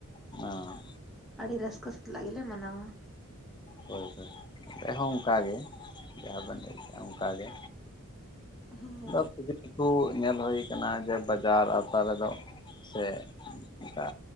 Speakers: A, on the left (about 20°); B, in the centre.
A: ᱦᱮᱸ
B: ᱟᱹᱰᱤ ᱨᱟᱹᱥᱠᱟᱹ ᱥᱟᱛᱞᱟᱜ ᱜᱮᱞᱮ ᱢᱟᱱᱟᱣᱟ
A: ᱦᱳᱭ ᱦᱳᱭ ᱟᱞᱮ ᱦᱚᱸ ᱚᱱᱠᱟ ᱜᱮ ᱡᱟᱦᱟᱸ ᱵᱮᱱ ᱞᱟᱹᱭ ᱠᱮᱫ-ᱟ ᱚᱱᱠᱟ ᱜᱮᱼᱼ
B: ᱦᱮᱸ ᱦᱮᱸ
A: ᱟᱨ ᱠᱤᱪᱷᱩ ᱠᱤᱪᱷᱩ ᱧᱮᱞ ᱦᱳᱭ ᱠᱟᱱᱟ ᱡᱮ ᱵᱟᱡᱟᱨ ᱟᱶᱛᱟ ᱨᱮᱫᱚ ᱥᱮᱼᱼ ᱚᱱᱠᱟ